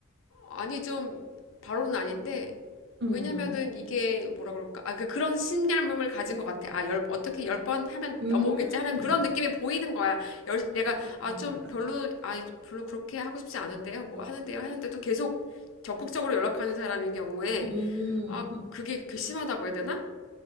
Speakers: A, on the left; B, on the right.
A: 아니, 좀, 바로는 아닌데,
B: 응,
A: 왜냐면은
B: 응,
A: 이게 뭐라 그럴까? 아, 그, 그런 신념을 가진 것 같아. 아, 열, 어떻게 열 번 하면
B: 응.
A: 넘어오겠지 하는 그런
B: 음,
A: 느낌이 보이는 거야. 열, 내가,
B: 그, 그런가
A: 아, 좀
B: 보다.
A: 별로, 아, 별로 그렇게 하고 싶지 않은데요. 뭐 하는데요. 하는데도 계속 적극적으로 연락하는 사람인 경우에,
B: 음,
A: 아,
B: 음.
A: 그게 괘씸하다고 해야 되나?